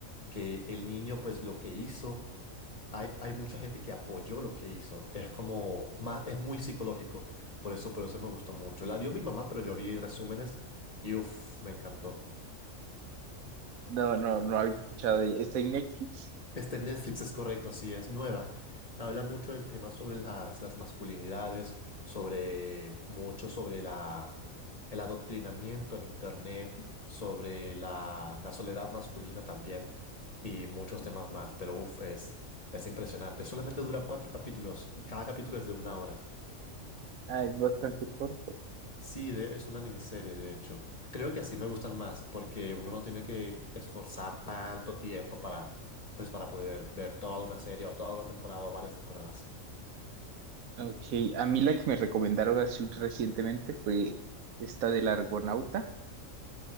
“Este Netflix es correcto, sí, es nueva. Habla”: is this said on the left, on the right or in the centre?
Left